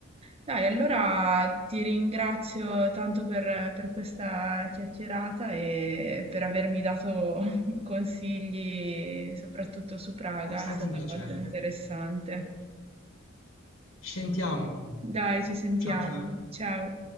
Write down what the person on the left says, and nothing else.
È stato
un piacere.
Ci sentiamo.
Ciao Chiara.